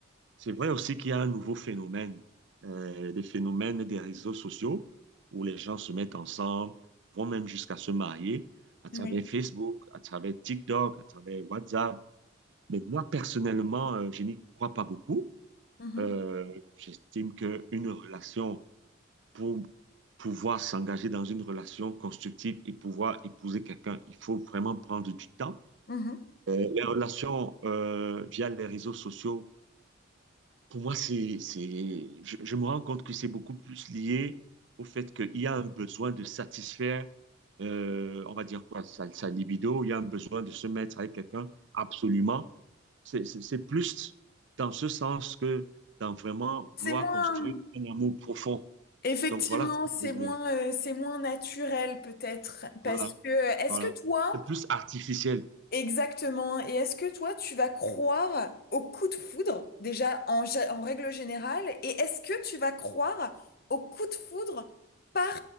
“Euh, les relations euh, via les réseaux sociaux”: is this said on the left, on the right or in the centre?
Right